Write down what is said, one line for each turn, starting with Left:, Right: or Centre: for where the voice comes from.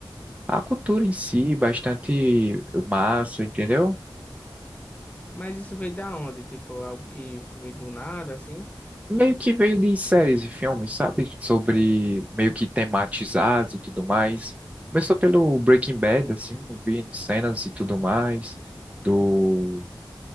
Right: A cultura em si, bastante massa, entendeu?
Left: Mas isso veio da onde? Tipo, algo que, que veio do nada, assim?
Right: Meio que veio de séries e filmes, sabe? Sobre meio que tematizados e tudo mais. Começou pelo Breaking Bad, assim, vindo cenas e tudo mais, do